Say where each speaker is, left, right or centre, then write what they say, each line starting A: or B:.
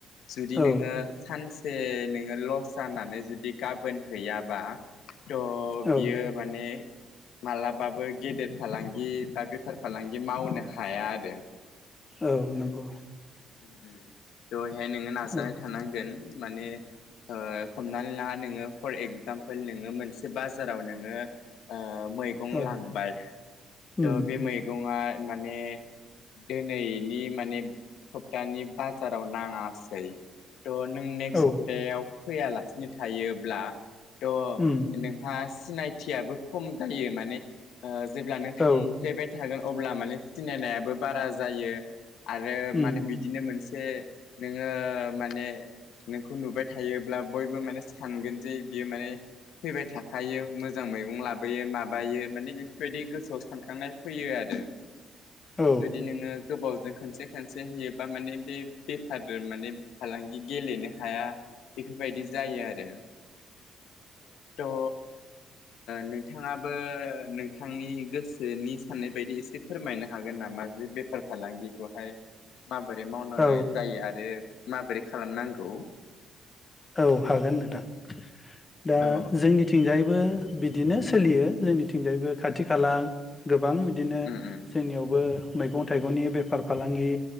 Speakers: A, on the left (about 80°); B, on the left (about 25°).
A: जुदि
B: औ
A: नोङो सान से नोंङो लस जानानै जुदि गाबोन हैयाबा थ'
B: औ
A: बियो माने माला बाबो गेदेर फालांगि बा बेफार फालांगि मावनो हाया आरो।
B: औ नंगौ।
A: अम द‌एहाय नोंङो नाजानाय
B: औ
A: थानांगोन माने ओ हमनानै ला नोंङो फर एगजामपोल नोंङो मोनसे बाजाराव नोङो ओ मैगं
B: औ
A: लांबाय थ'
B: उम
A: बे मैगंआ माने दिनैनि माने सप्तानि बाजाराव नाङा सै थ' नों नेक्स्ट
B: औ
A: सप्तायाव फैयालासिनो थायोब्ला थ'
B: उम
A: नोंहा सिनायथियाबो खम जायो माने ओ जेब्ला नों
B: औ
A: थांफ्लेबाय थागोन अब्ला माने सिनायनायाबो बारा जायो आरो
B: उम
A: माने बिदिनो मोन से नोंङो माने नोंखौ नुबाय थायोब्ला बयबो माने सानगोन जे बियो माने फैबाय थाखायो मोजां मैगं लाबोयो माबायो माने बेफोरबायदि गोसोआव सानखांनाय फैयो आरो।
B: औ
A: जुदि नोंङो गोबावजों खनसे सानसे होयोबा माने बे बेफार माने फालांगि गेलेनो हाया बेफोरबायदि जायो आरो। थ' ओ नोंथाङाबो ओ नोंथांनि गोसोनि साननाय बायदि एसे फोरमायनो हागोन नामा जे बेफार फालांगिखौ माबोरै मावनाय
B: औ
A: जायो आरो माबोरै खालामनांगौ
B: औ हागोन नोंथां दा
A: औ
B: जोंनिथिंजायबो बिदिनो सोलियो जोंनिथिंजायबो खाथि खाला गो गोबां बिदिनो
A: उम उम
B: जोंनियावबो मैगं थाइगंनि बेफार फालांगि